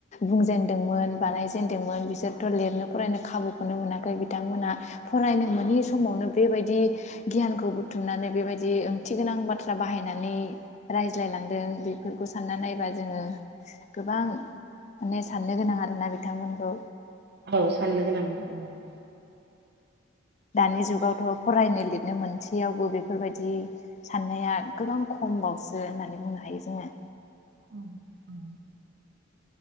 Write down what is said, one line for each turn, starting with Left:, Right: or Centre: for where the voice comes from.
Left: बुंजेनदोंमोन बानाय जेनदोंमोन बिसोरथ' लिरनो फरायनो खाबुखौनो मोनाखै बिथांमोनहा फरायनो मोनै समावनो बेबायदि गियानखौ बुथुमनानै बेबाय दि ओंथि गोनां बाथ्रा बाहायनानै रायज्लायलांदों बेफोरखौ सानना नायबा जोङो गोबां माने साननो गोनां आरोना बिथांमोनखौ।
Right: औ साननो गोनां औ बाथ्रा
Left: दानि जुगावथ' फरायनो लिर नो मोनसेयावबो बेफोरबाय दि साननाया गोबां खम बावसो होननानै बुंनो हायो जोङो।
Right: औ औ।